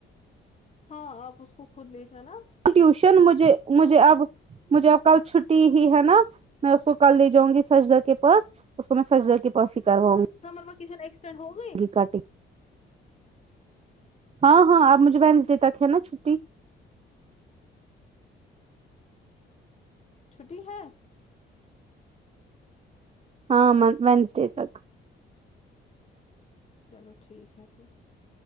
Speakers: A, on the left (about 35°); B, on the right (about 30°).
A: ہاں آپ اس کو خود لیے جا نا
B: ٹیوشن مجھے مجھے اب مجھے اب کل چھٹی ہی ہے نا میں اس کو کل لے جاں گی سجدر کے پاس اس کو میں سجدر کے پاس ہی کرواؤں گی
A: تو ماما میں کچن ایکسٹینڈ ہو گئی
B: کی کٹنگ ہاں ہاں اب مجھے وینسڈے تک ہے نا چھٹی
A: چھٹی ہے
B: ہاں وان وینسڈے تک
A: چلو ٹھیک ہے پھر